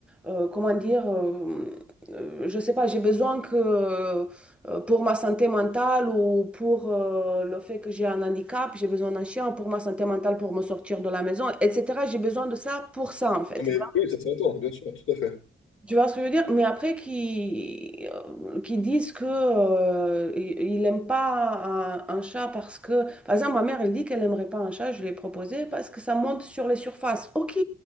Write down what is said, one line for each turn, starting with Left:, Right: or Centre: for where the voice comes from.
Centre: euh, comment dire, euh, euh, je sais pas, j'ai besoin que euh, pour ma santé mentale ou pour euh, le fait que j'ai un handicap, j'ai besoin d'un chien pour ma santé mentale, pour me sortir de la maison, etc. J'ai besoin de ça pour ça, en fait.
Left: Ah, mais oui, ça s'entend, bien sûr, tout à fait.
Centre: Tu vois ce que je veux dire? Mais après, qui, euh, qui disent que euh, il n'aime pas un, un chat parce que... Par exemple, ma mère, elle dit qu'elle n'aimerait pas un chat, je l'ai proposé, parce que ça monte sur les surfaces. OK,